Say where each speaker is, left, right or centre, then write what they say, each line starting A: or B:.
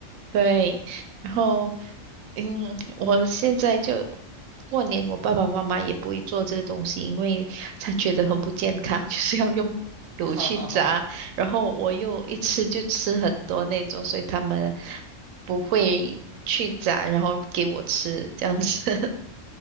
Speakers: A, on the right; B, on the right.
A: 对，然后嗯，我现在就过年，我爸爸妈妈也不会做这个东西，因为他觉得很不健康，<laughs> 就是要用油去炸，
B: <laughs> 哈哈哈。
A: 然后我又一吃就吃很多那种，所以他们不会去炸，然后给我吃这样子。<laughs>